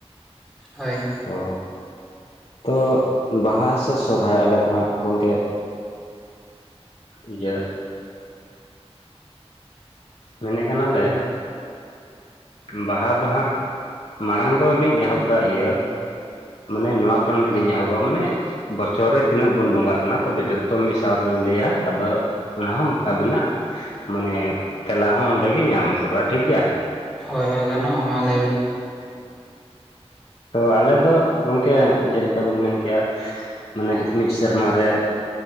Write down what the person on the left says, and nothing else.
ᱚ ᱛᱚ ᱵᱟᱦᱟ ᱥᱮ ᱥᱚᱨᱦᱟᱭ ᱟᱞᱮ ᱫᱚ ᱦᱟᱸᱜ ᱜᱚᱝᱠᱮ ᱤᱭᱟᱹ ᱢᱮᱱᱮᱫ ᱠᱟᱱᱟᱞᱮ ᱵᱟᱦᱟ ᱫᱚ ᱦᱟᱸᱜ ᱢᱟᱲᱟᱝ ᱫᱚᱞᱤᱧ ᱮᱦᱚᱵ ᱫᱟ ᱤᱭᱟᱹ ᱢᱟᱱᱮ ᱱᱚᱣᱟ ᱠᱷᱚᱱ ᱜᱮᱞᱤᱧ ᱮᱦᱚᱵᱟ ᱢᱟᱱᱮ ᱵᱚᱪᱷᱚᱨ ᱨᱮ ᱛᱤᱱᱟᱹᱜ ᱵᱚᱱ ᱵᱚᱸᱜᱟᱜ ᱠᱟᱱᱟ ᱛᱚᱵᱮ ᱡᱚᱛ ᱛᱚ ᱢᱤᱫ ᱥᱟᱶ ᱨᱮᱞᱤᱧ ᱞᱟᱹᱭᱟ ᱟᱫᱚ ᱚᱱᱟ ᱦᱚᱸ ᱟᱹᱵᱤᱱᱟᱜ ᱢᱟᱱᱮ ᱛᱮᱞᱟ ᱦᱚᱸ ᱚᱸᱰᱮᱜᱤ ᱧᱟᱢ ᱩᱛᱟᱹᱨᱚᱜᱼᱟ ᱴᱷᱤᱠ ᱜᱮᱭᱟ
<inaudible> ᱛᱚ ᱟᱞᱮ ᱫᱚ ᱜᱚᱢᱠᱮ ᱡᱮᱞᱮᱠᱟ ᱵᱮᱱ ᱢᱮᱱ ᱠᱮᱭᱟ ᱢᱟᱱᱮ ᱢᱤᱫ ᱥᱮᱨᱢᱟ ᱨᱮ